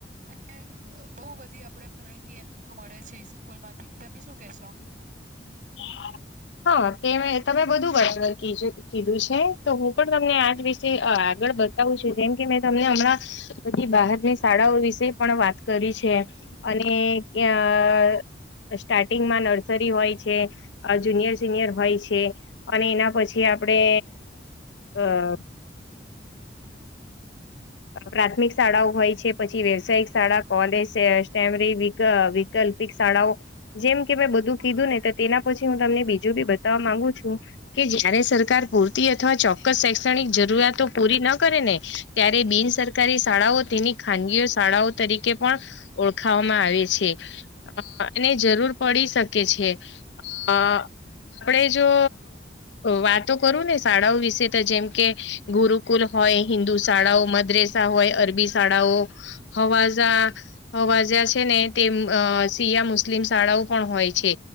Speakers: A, on the right (about 45°); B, on the left (about 85°).
A: અને બહુ બધી આપણે માહિતી એમ તો મળે છે સ્કૂલ માંથી તમે શું કહેશો
B: <inaudible> હા તે તમે બધું વાર કીજુ કીધું છે તો હું પણ તમને આજ વિશે આગળ બ બતાવું છે જેમ કે મેં તમને હમણાં બધી બહારની શાળાઓ વિશે પણ વાત કરી છે. અને તયા સ્ટાર્ટિંગમાં નર્સરી હોય છે. કે જુનિયર સિનિયર હોય છે અને એના પછી આપડે અ પ્રાથમિક શાળાઓ હોય છે પછી વ્યવસાયિક શાળા કોલેજ સમરી ૈકલ્પિક શાળાઓ જેમ કે મેં બધું કીધું ને તેના પછી હું તમને બીજું બી બતાવવા માંગુ છું કે જયારે સરકાર પૂરતી અથવા ચોક્કસ શૈક્ષણિક જરૂરતો પૂરી ન કરે ને ત્યારે બિન સરકારી શાળાઓ તેની ખાનગીઓ શાળાઓ તરીકે પણ ઓળખાવામાં આવે છે અને જરૂર પડી શકે છે હ આપડે જો વાતો કરું ને શાળાઓ વિશે તો જેમ કે ગુરુકુલ હોય હિન્દુ શાળાઓ મદરેસા હોય અરબી શાળાઓ હવાઝ અવાજા છે ને તે અ સિયા મુસ્લિમ શાળાઓ પણ હોય છે